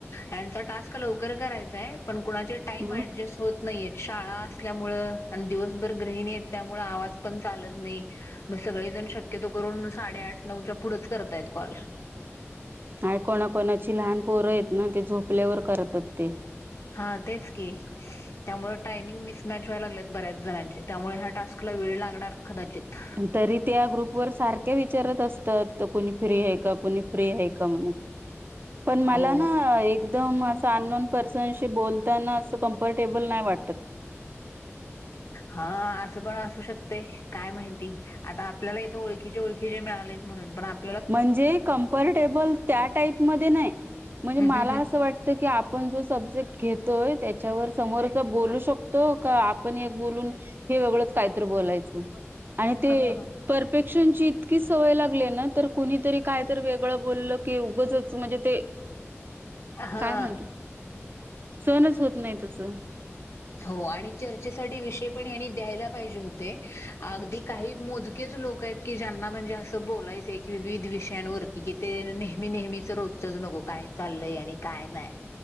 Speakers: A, on the left (about 70°); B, on the right (about 45°).
A: यांचा टास्क लवकर करायचाय, पण कुणाचे टाईम
B: हम्म
A: ॲडजेस्ट होत नही येत, शाळा असल्यामुळ अन, दिवसभर गृहिणी येत, त्यामुळ आवाज पण चालत नही. मग सगळे जण, शक्यतो करून, साडे-आठ नऊच्या, पुढच करतायत कॉल.
B: हाय कोणा-कोणाची लहान पोरं येत ना, ते झोपल्यावर करतात ते
A: हा, तेच की त्यामुळे टायमिंग मिस मॅच व्हाय लागल्यात, बऱ्याच जणांचे, त्यामुळे ह्या टास्कला वेळ लागणार, कदाचित.
B: पण तरी, त्या ग्रुप वर सारखे विचारत असतंत. त कोणी फ्री हय का? कोणी फ्री हय का? म्हणून, पण मला
A: हो
B: ना एक दम असं, अननोन पर्सनशी बोलताना, असं कम्फर्टेबल नाय वाटत.
A: हं, असं पण असू शकतय, काय माहिती आता आपल्याला, इथे ओळखीचे-ओळखीचे मिळालेत म्हणून, पण आप
B: म्हणजे कम्फर्टेबल, त्या टाईपमध्ये नही, म्हणजे
A: हम्म
B: मला
A: हम्म
B: असं वाट त की, आपण जो सब्जेक्ट घेतोय, त्याच्यावर समोरच बोलू शकतो, का आपण एक बोलून? हे वेगळंच कायतर बोलायचं. आणि ते
A: हम्म
B: परफेक्शनची, इतकी सवय लागली ना, तर कुणीतरी, काय तरी वेगळं बोलल, की उगचच, म्हणजे ते
A: हा
B: काय म्हणता? सहणच होत नाही, तसं.
A: हो आणि चर्चेसाठी विषय पण, यांनी द्यायला पाहिजे होते, अगदी, काही मोजकेच लोक, येत की ज्यांना, म्हणजे असं बोलायचंय, की विविध विषयांवरती कि ते नेहमी-नेहमीच, रोजचंच नको, काय चालंय, आणि काय नाय